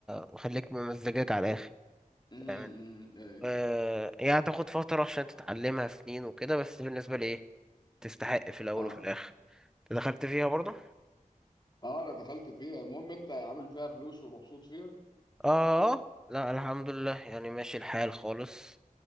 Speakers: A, in the centre; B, on the left.
A: وخليك ممزجاك على الآخر
B: امم
A: فاهم
B: أمم، ايه
A: آه هي هتاخد فترة عشان تتعلمها سنين وكده بس بالنسبة لي ايه تستحق في الأول
B: اه
A: وفي الآخر دخلت فيها برضه
B: اه انا دخلت فيها المهم انت عامل فيها فلوس ومبسوط فيها
A: اه آه، لا الحمد لله يعني ماشي الحال خالص